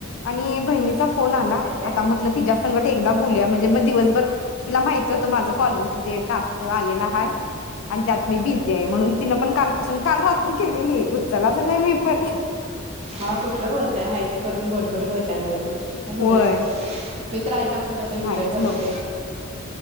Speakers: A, on the left (about 70°); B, on the right (about 30°).
A: आणि बहिनीच फोन आला
B: काय
A: आता म्हणलं तुझ्या संगट एकदा बोलूया म्हणजे मग दिवसभर तिला माहिती होतं माझं कॉलिंग च तेन टास्क आलेला आहे आणि त्यात मी बिझीआहे. म्हणून मग तिने पण कालपासून काल रात्री केलेली उचललाच नाही मी पण.
B: हा कुठलं बोलताय हाय <unintelligible> वैताग आलाय आता काय बदलायचं,
A: होय
B: मी तर आईला म्हणलं बाई
A: नाहीच
B: उद्या करते.
A: मग